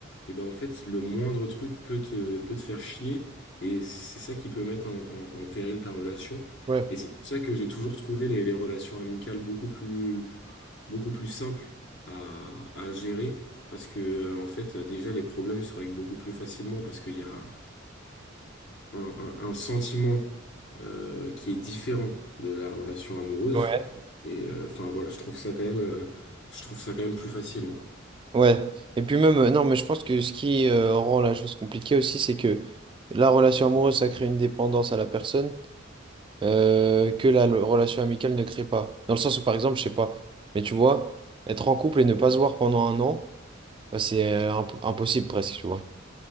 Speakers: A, on the left; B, on the right.
A: et ben en fait, le moindre truc peut te, peut te faire chier, et c'est ça qui peut mettre en, en- en péril ta relation.
B: Ouais.
A: Et c'est pour ça que j'ai toujours trouvé les, les relations amicales beaucoup plus, beaucoup plus simples à, à gérer, parce que euh, en fait, déjà, les problèmes se règlent beaucoup plus facilement, parce qu'il y a un, un, un- un sentiment euh, qui est différent de la relation amoureuse.
B: Ouais.
A: Et euh, enfin voilà, je trouve ça quand même, euh, je trouve ça quand même plus facilement.
B: Ouais. Et puis même, euh, non, mais je pense que ce qui euh, rend la chose compliquée aussi, c'est que la relation amoureuse, ça crée une dépendance à la personne. euh, que la lo- relation amicale ne crée pas. Dans le sens où, par exemple, je sais pas, mais tu vois, être en couple et ne pas se voir pendant un an, bah, c'est euh, imp- impossible presque, tu vois.